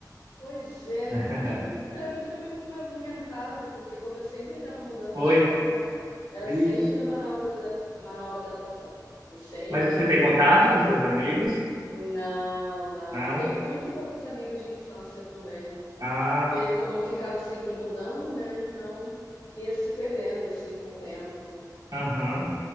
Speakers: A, on the left; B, on the right.
A: Pois é.
B: <laughs>
A: Eu para mim foi muito movimentado, porque como eu sempre estava mudando
B: Foi?
A: de escola, Era
B: Vixe.
A: sempre uma nova adapta- uma nova adaptação. E sempre
B: Mas você
A: novos
B: tem contato
A: amigos.
B: com seus amigos?
A: Não, não.
B: Não?
A: E tenho muito poucos amigos de infância também.
B: Ah,
A: Que como ficava sempre mudando, né? Então ia se perdendo assim com o tempo.
B: aham.